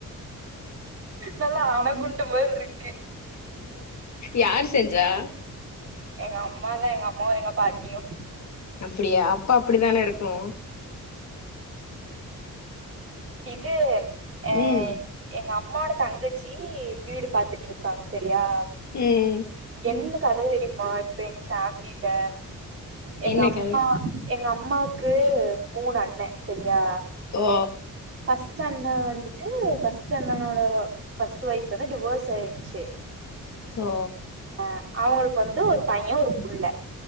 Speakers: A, on the right; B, on the left.
A: நல்லா அணகுண்டு மா மார்ருக்கு
B: யாரு செஞ்சா
A: எங்க அம்மாதா எங்க அம்மாவு எங்க பாட்டியு
B: அப்புடியா அப்ப அப்புடிதானெ இருக்கு
A: இதே ஏ
B: ம்
A: எங்கம் அம்மோட தங்கச்சி வீடு பாத்துட்ருக்காங்க பெ ப்ரியா
B: ம்
A: என்ன கத தெரியுமா இப்ப எங்க ஃபேமிலில எங்கம்மா
B: என்ன கத
A: எங்கம் அம்மாக்கு மூணு அண்ண சரியா
B: ஓ
A: ஃபஸ்ட் அண்ண வந்துட்டு ஃபர்ஸ்ட் அண்ணனோட ஃபஸ்ட் ஒய்ப் வந்து டிவோர்ஸ் ஆயிடுச்சு
B: சோ
A: அ அவங்களுக்கு வந்து ஒரு பைய ஒரு புள்ள